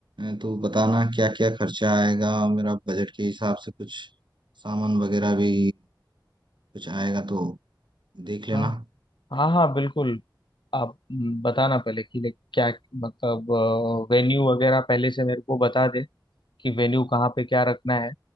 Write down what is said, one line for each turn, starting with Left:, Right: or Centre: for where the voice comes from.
Right: तो बताना क्या क्या खर्चा आएगा मेरा बजट के हिसाब से कुछ सामान वगैरह भी कुछ आएगा तो देख लेना
Left: हाँ हाँ हाँ बिल्कुल आप हम्म, बताना पहले कि like क्या मतलब वेन्यू वगैरह पहले से मेरे को बता दे कि वेन्यू कहाँ पे क्या रखना है